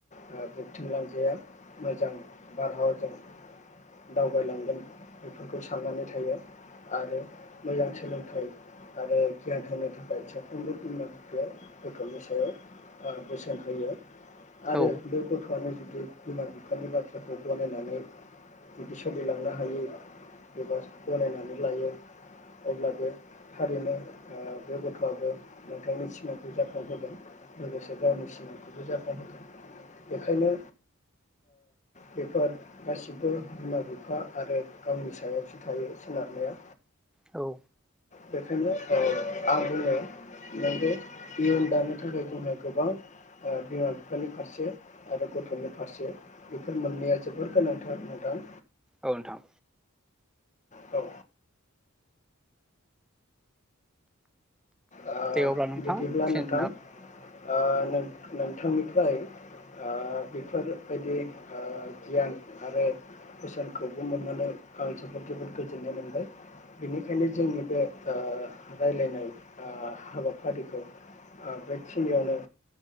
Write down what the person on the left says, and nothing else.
बोबथिं लांजाया मोजां बारहावाजों दावबायलांगोन बेफोरखौ साननानै थायो आरो मोजां सोलोंथाइ आरो गियान होनो थाखाय साफ्रोमबो बिमा बिफाया गथ'नि सायाव बोसोन होयो। आरो
बे गथ'आनो ज जुदि बिमा बिफानि बाथ्राखौ गनायनानै जुदि सोलिलांनो हायो एबा गनायनानै लायो अब्ला बे थारैनो बे ओ गथ'आबो नोंथांनि सिमांखौ जाफुंहोगोन लोगोसे गावनि सिमांखौ बो जाफुंहोगोन बेखायनो बेफोर गासिबो बिमा बिफा आरो गावनि सायावसो थायो सोनारनाया।
बेखायनो औ आं बुङो नंगौ नियम दानो थाखाय जोंहा गोबां आ बिमा बिफानि फारसे आरो गथ'नि फारसे बेफोर मोननैया जोबोर गोनांथार नोंथां।
औ ओ
बिदिब्ला
नोंथां ओ नों-नों बिथांनिफ्राय ओ बेफोरबायदि ओ गियान आरो कुइसनखौबो मोननानै आं जोबोद जोबोद गोजोननाय मोनबाय बेनिखायनो जोंनि बे ओ राय्लायनाय आ हाबाफारिखौ ओ बेखिनियावनो